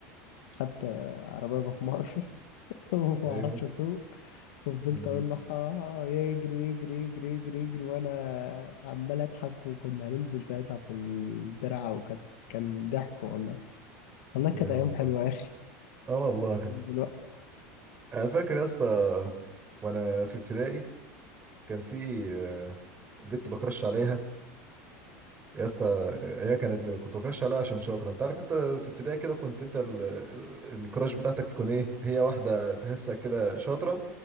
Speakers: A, on the left; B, on the right.
A: خدت عربيه بحمار <laughs> وما
B: ايوه
A: اعرفش اسوق وفضلت
B: امم
A: اقول له ها- ها- يجري يجري يجري يجري يجري وانا عمال اضحك وكنا هننزل ساعتها في الترعه وكانت كان ضحك والله والله كانت
B: يا والله
A: ايام حلوه يا اخي
B: اه والله
A: دلوقتي
B: انا فاكر يا اسطى وانا في ابتدائي كان في آه، بنت بكرش عليها يا اسطى هي كانت كنت بكرش عليها عشان شاطره انت عارف انت في ابتدائي كده كنت انت ال- الكراش بتاعتك تكون ايه هي واحده تحسها كده شاطره